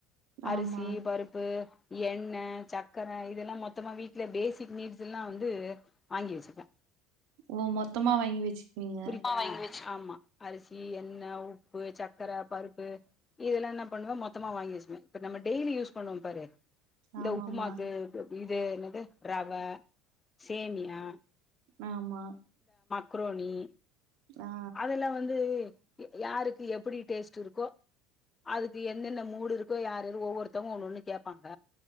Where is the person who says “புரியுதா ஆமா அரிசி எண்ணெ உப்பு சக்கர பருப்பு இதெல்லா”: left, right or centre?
Left